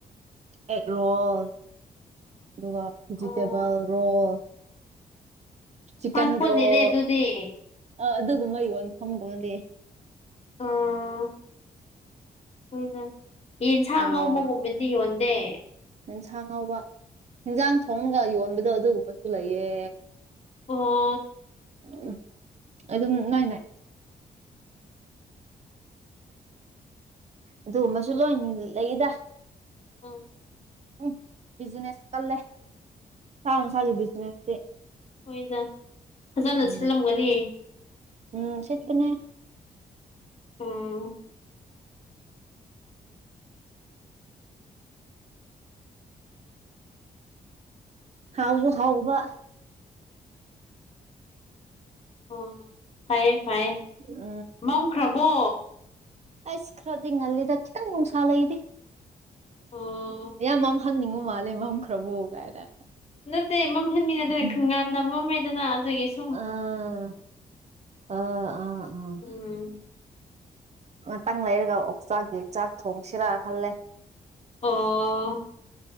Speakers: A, on the right; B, on the left.
A: ꯑꯦꯛ ꯔꯣꯜ ꯑꯗꯨꯒ ꯚꯤꯖꯤꯇꯦꯕꯜ
B: ꯑꯣ
A: ꯔꯣꯜ ꯆꯤꯛꯀꯟ
B: ꯐꯥꯁ ꯐꯨꯗꯅꯤꯅꯦ
A: ꯔꯣꯜ
B: ꯑꯗꯨꯗꯤ
A: ꯑ ꯑꯗꯨꯒꯨꯝꯕ ꯌꯣꯟꯐꯝꯒꯨꯝꯕꯗꯤ
B: ꯑꯥ ꯍꯣꯏꯅ ꯌꯦꯟꯁꯥꯡ
A: ꯑꯣ
B: ꯉꯧꯕꯒꯨꯝꯕꯗꯤ ꯌꯣꯟꯗꯦ
A: ꯌꯦꯟꯁꯥꯡ ꯉꯥꯎꯕ ꯌꯦꯟꯖꯥꯡ ꯊꯣꯡꯒ ꯌꯣꯟꯕꯗꯣ ꯑꯗꯨꯒꯨꯝꯕꯁꯨ ꯂꯩꯌꯦ
B: ꯑꯣ
A: ꯎ ꯑꯗꯨꯝ ꯥꯏ ꯏ ꯑꯗꯨꯒꯨꯝꯕꯁꯨ ꯂꯣꯏ ꯂꯩꯗ
B: ꯎꯝ
A: ꯎꯝ ꯕꯤꯖꯤꯅꯦꯁ ꯇꯜꯂꯦ ꯁꯥ ꯅꯨꯡꯁꯥꯒꯤ ꯕꯤꯖꯤꯅꯦꯁꯇꯤ
B: ꯍꯣꯏꯗ ꯐꯖꯅ
A: ꯎꯝ
B: ꯁꯤꯜꯂꯝꯒꯅꯤ
A: ꯎꯝ ꯁꯤꯠꯄꯅꯦ
B: ꯎꯝ
A: ꯍꯥꯎꯁꯨ ꯍꯥꯎꯕ
B: ꯑꯣ ꯐꯩꯌꯦ ꯐꯩꯌꯦ
A: ꯎꯝ
B: ꯃꯝꯈ꯭ꯔꯕꯣ
A: ꯑꯩꯁ ꯈꯔꯗꯤ ꯉꯜꯂꯤꯗ ꯈꯤꯇꯪ ꯅꯨꯡꯁꯥ ꯂꯩꯔꯤ
B: ꯎꯝ
A: ꯌꯥꯝ ꯍꯟꯅꯤꯡꯕ ꯃꯥꯜꯂꯦ ꯃꯝꯈ꯭ꯔꯕ ꯀꯥꯏꯅ
B: ꯅꯠꯇꯦ ꯃꯝꯍꯦꯟꯃꯤ ꯅꯗꯅ
A: ꯎꯝ
B: ꯈꯪꯒꯅ ꯃꯝꯃꯦꯗꯅ ꯑꯗꯨꯒꯤꯁꯨ
A: ꯑꯥ ꯑꯥ ꯑꯥ ꯑꯥ
B: ꯎꯝ
A: ꯉꯥꯛꯇꯪ ꯂꯩꯔꯒ ꯑꯣꯛꯆꯥꯛꯀꯤ ꯆꯥꯛ ꯊꯣꯡꯁꯤꯔ ꯈꯜꯂꯦ
B: ꯑꯣ